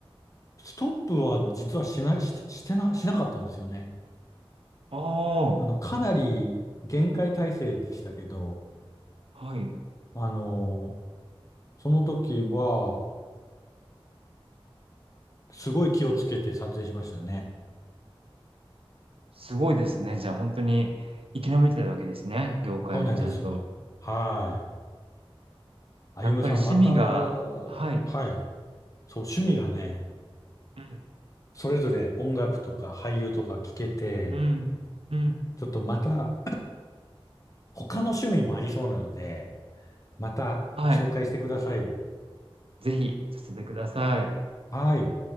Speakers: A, on the left; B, on the right.
A: ストップは実はしない、し、してな、しなかったんですよね。
B: ああ、
A: あの、かなり厳戒態勢でしたけど、
B: はい。
A: あの、その時は、すごい気をつけて撮影しましたね。
B: すごいですね。じゃあ本当に生き延びてるわけですね。業界もちゃんと。
A: そうなんです。はい。あゆむさん、
B: やっぱり趣味が、
A: また、はい。
B: はい。
A: そう、趣味がね、
B: うん。
A: それぞれ音楽とか俳優とか聞けて、
B: うん。うん。
A: ちょっとまた、他の趣味もありそうなので、また紹介してくださいよ。
B: はい。ぜひさせてください。
A: はい。